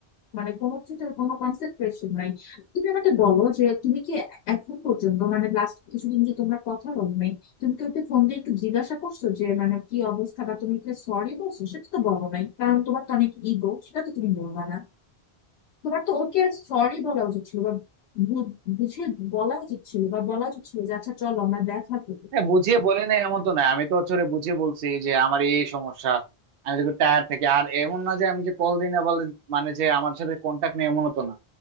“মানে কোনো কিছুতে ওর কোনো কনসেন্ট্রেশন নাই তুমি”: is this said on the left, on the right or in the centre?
Left